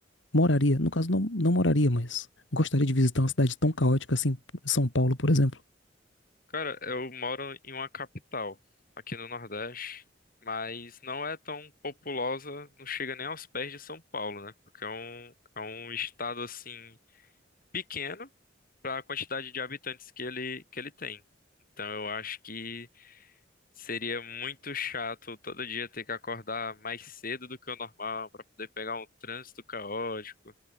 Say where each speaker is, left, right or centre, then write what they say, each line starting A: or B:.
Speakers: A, on the left; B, on the left.
A: moraria, no caso, não, não moraria, mas gostaria de visitar uma cidade tão caótica assim, São Paulo, por exemplo?
B: Cara, eu moro em uma capital, aqui no Nordeste, mas não é tão populosa, não chega nem aos pés de São Paulo, né? Porque é um, é um estado assim pequeno. para a quantidade de habitantes que ele, que ele tem. Então eu acho que seria muito chato todo dia ter que acordar mais cedo do que o normal para poder pegar um trânsito caótico.